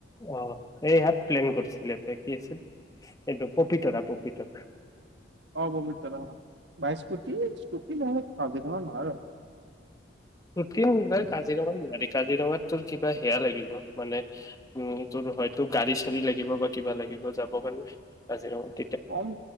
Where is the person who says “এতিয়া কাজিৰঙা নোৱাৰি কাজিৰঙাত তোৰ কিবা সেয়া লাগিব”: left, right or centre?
Left